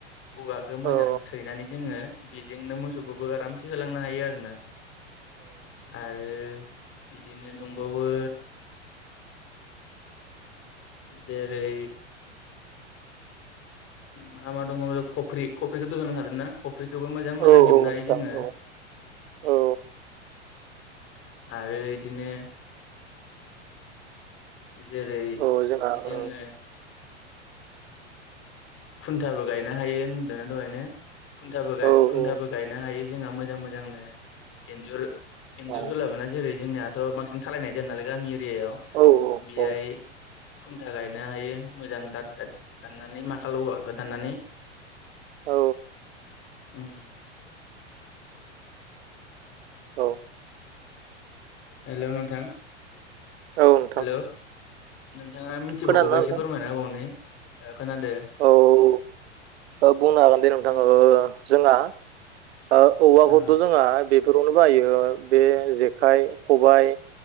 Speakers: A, on the left (about 35°); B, on the right (about 65°).
A: औवाखौ मोजां
B: औ
A: सैनानै जोङो बेजोंनो मोसौखौबो आरामसे होलांनो हायो आरोना। आरो इदिनो दंबावो जेरै मा मा दङ' खफ्रि, खफ्रिखौथ' होनलांखादों ना? फ्रिखौबो मोजां
B: औ
A: मोजां हेबनो
B: नोंथां
A: हायो जोङो।
B: औ
A: उम
B: औ
A: <inaudible> आरो इदिनो <inaudible> जेरै
B: औ जोंहा
A: जोङो
B: ओ
A: खुन्थाबो गायनो हायो होनदोंना दहायनो? खुन्थाबो गाय-
B: औ
A: खुन्थाबो
B: औ
A: गायनो हायो जोंहा मोजां मोजांनो एन्जुर एन्जुर
B: अ,
A: होलाबोना जेरै जोंनियाथ' बांसिन थालायनाय जाया नालाय गामि एरियायाव
B: औ
A: बेहाय
B: औ
A: खुन्था गायनो हायो मोजां दाथ दाथ दाननानै माखा हालौवा गोदाननानै
B: औ
A: <inaudible> उम
B: औ
A: हेलौ नोंथां
B: औ नोंथां
A: हेलौ नों थाङा मिथिबावगौ
B: खोनादोंना
A: बा एसे
B: नोंथां
A: फोरमायना होबाव नाय ओ खोनादो
B: औ <inaudible> बुंनो हागोन दे नोंथां
A: नों
B: ओ जोंहा ओ औवाखौथ'
A: ओ
B: जोंहा बेफोरावनो बाहायो बे जेखाइ, खबाइ